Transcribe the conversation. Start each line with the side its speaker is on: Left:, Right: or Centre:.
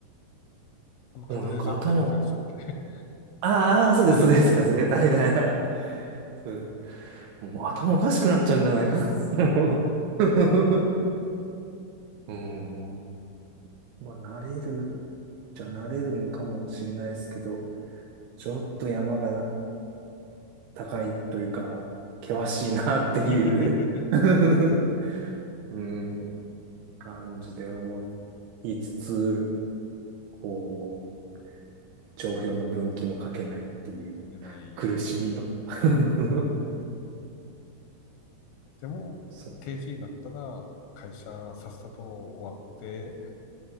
Left: あの、カズレーザーみたいな人でしたっけ
Right: もうなんか頭あーあー、そうです、
Left: <laughs>
Right: そうです、カズレーザーみたいな。そうもう頭おかしくなっちゃうんじゃないか。もう <laughs> うん。まあ、慣れる、じゃ慣れるんかもしれないですけど、ちょっと山が高いというか、険しいなっていう
Left: <laughs>
Right: <laughs> うん、感じで思いつつ、こう、帳票の分岐も書けないっていう
Left: いけない。
Right: 苦しみを <laughs>
Left: はい。でも、
Right: そう。
Left: 定時になったら、会社さっさと終わって、